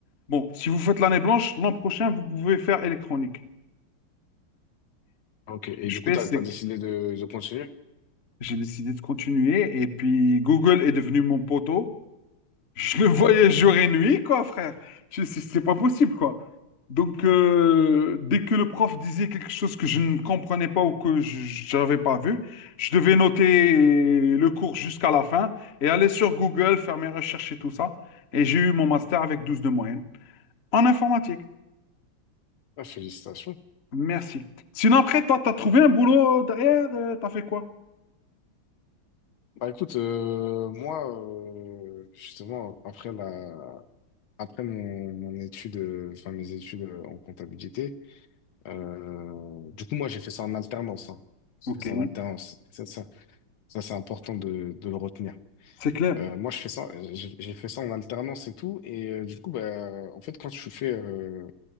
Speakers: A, on the left; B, on the left.
A: Bon, si vous faites l'année blanche, l'an prochain, vous pouvez faire électronique.
B: Ok.
A: Ce
B: Et
A: que je
B: du coup,
A: fais,
B: t'as,
A: c'est
B: t'as
A: que
B: décidé de, de continuer?
A: j'ai décidé de continuer et puis Google est devenu mon poteau. Je le voyais jour et nuit, quoi, frère. Je- C'est c'est pas possible, quoi. Donc, euh, dès que le prof disait quelque chose que je ne comprenais pas ou que je n'avais pas vu, je devais noter le cours jusqu'à la fin et aller sur Google, faire mes recherches et tout ça. Et j'ai eu mon master avec 12 de moyenne en informatique.
B: Ah, félicitations.
A: Merci. Sinon, après, toi, t'as trouvé un boulot derrière, euh, t'as fait quoi?
B: Bah, écoute, euh, moi, euh, justement, après la, après mon, mon étude, euh, enfin, mes études euh, en comptabilité, euh, du coup, moi, j'ai fait ça en alternance, hein.
A: Ok,
B: J'ai fait ça en alternance. Ça, ça, ça, c'est important de, de le retenir.
A: c'est clair.
B: Euh, moi, je fais ça, euh, j'ai j'ai fait ça en alternance et tout. Et euh, du coup, bah, en fait, quand tu fais, euh,